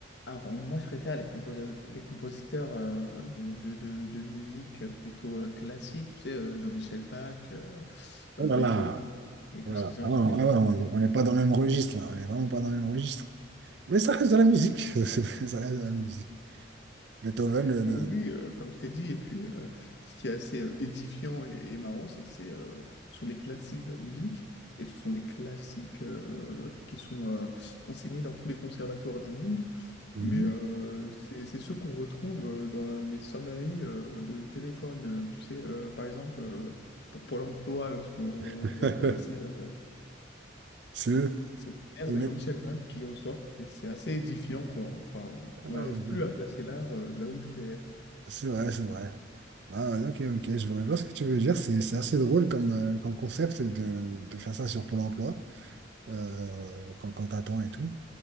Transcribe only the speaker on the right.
Oh
là
là.
Voilà.
Ah
ouais,
ah ouais, on on n'est pas dans le même registre, là. On n'est vraiment pas dans le même registre. Mais ça reste de la musique. <laughs> Ça reste de la musique. Beethoven, le... le-
Mhm.
<laughs>
C'est eux.
Ils
mettent...
<laughs>
Ah,
ok.
C'est vrai, c'est vrai. Ah, ok, ok. Je vois, je vois ce que tu veux dire. C'est c'est assez drôle comme, euh, comme concept de, de faire ça sur Pôle emploi euh, quand, quand t'attends et tout.